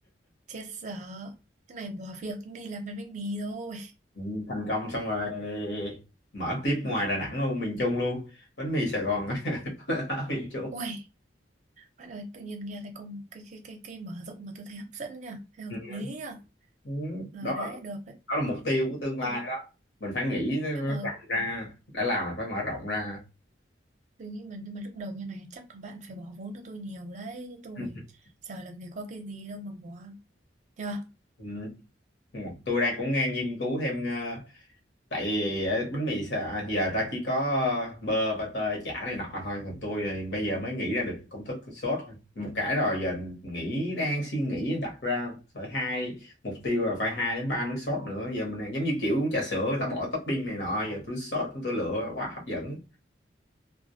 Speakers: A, on the right; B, on the left.
A: chết dở cái này bỏ việc đi làm bánh bánh mì rồi
B: Ừ, thành công xong rồi mở tiếp ngoài Đà Nẵng luôn miền Trung luôn bánh mì Sài Gòn <laughs> ở miền Trung
A: ui Bạn ơi, tự nhiên nghe thấy con cái cái cái cái mở rộng mà tôi thấy hấp dẫn nha, thấy hợp
B: Ừ,
A: lý nha.
B: Ừ,
A: Ờ
B: đó
A: đấy,
B: là
A: được đấy.
B: đó là mục tiêu của tương
A: Nhưng
B: lai đó mình phải nghĩ nó
A: nhưng mà
B: rộng ra đã làm là phải mở rộng ra
A: tôi nghĩ mà nhưng mà lúc đầu như này chắc là bạn phải bỏ vốn cho tôi nhiều đấy chứ tôi
B: <laughs>
A: giờ làm gì có cái gì đâu mà bỏ. Nhờ.
B: Ừ. Ừ. Tôi đang cũng nghe nghiên cứu thêm ờ, tại vì ờ, bánh mì xà- à, giờ ta chỉ có ờ, bơ pate chả này nọ thôi còn tôi này bây giờ mới nghĩ ra được công thức sốt một cái rồi giờ nghĩ đang suy nghĩ đặt ra phải hai mục tiêu là phải hai đến ba nước sốt nữa giờ mình đang giống như kiểu uống trà sữa người ta bỏ topping này nọ giờ tôi sốt tôi lựa quá hấp dẫn